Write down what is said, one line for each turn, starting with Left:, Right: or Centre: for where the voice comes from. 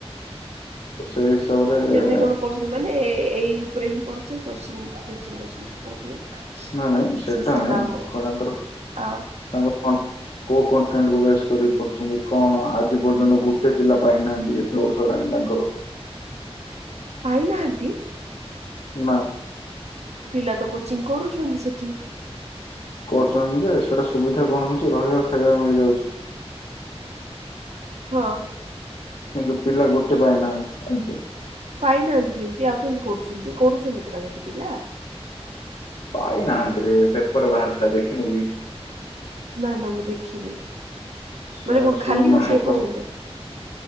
Left: ତ ସେଇ ହିସାବରେ
Right: କେମିତି
Left: ଏ-ଏ
Right: କଣ ମାନେ ଏଇ ଉପରେ ହିଁ କରୁଥିବେ <unintelligible>
Left: ନା ନାଇଁ ସେଟା
Right: ଶିଷାଟାଉ
Left: ନାଇଁ କଣ ତାଙ୍କର
Right: ଆଉ।
Left: ତାଙ୍କର କଣ କୋଉ କଣ୍ଟେଣ୍ଟ୍ କୁ ବସ୍ କର ପାରୁଛନ୍ତି କଣ ଆଜି ପର୍ଯ୍ୟନ୍ତ ଗୋଟେ ପିଲା ପାଇନାହାନ୍ତି, ଏତେ ବର୍ଷ ହେଲାଣି ତାଙ୍କର।
Right: ପାଇନାହାନ୍ତି।
Left: ନା।
Right: ପିଲା ତ କୋଚିଙ୍ଗ୍ କରୁଛନ୍ତି ସେଠି।
Left: କରୁଛନ୍ତି ଯେ ସେଇଟା ସୁବିଧା କଣ ହୋଉଛି ରହିବା ଖାଇବା ମିଳିଯାଉଛି।
Right: ହଁ।
Left: କିନ୍ତୁ ପିଲା ଗୋଟେ ପାଇନାହାନ୍ତି ଆଜି।
Right: ପାଇନାହାନ୍ତି କେମିତି ଆଉ କେମ୍ ତି କରୁଛନ୍ତି, କରୁଛନ୍ତି ପୁରା ସେ ପିଲା।
Left: ପାଇନାହାନ୍ତିରେ ପେପର୍ ରେ ବାହାରିଥିଲା ଦେଖିନୁ କି।
Right: ନା -ନା ମୁଁ ଦେଖିନି
Left: ଶୂନ
Right: ମାନେ କଣ
Left: ଶୂନ
Right: ଖାଲି ଅଛି
Left: ସଫଳ
Right: ଏପର୍ଯ୍ୟନ୍ତ?